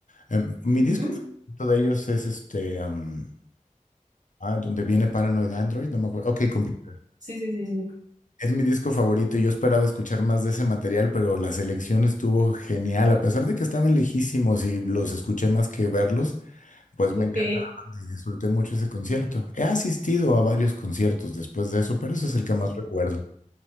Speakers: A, on the left; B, on the right.
A: Em, mi disco
B: Ujú.
A: favorito de ellos es este, am, ah, donde viene Paranoid Android, no me acuerdo. OK Computer.
B: Sí, sí, sí, sí.
A: Es mi disco favorito y yo esperaba escuchar más de ese material, pero la selección estuvo genial. A pesar de que estaban lejísimos y los escuché más que verlos, pues
B: Ok,
A: me encanta la banda y disfruté mucho ese concierto. He asistido a varios conciertos después de eso, pero ese es el que más recuerdo.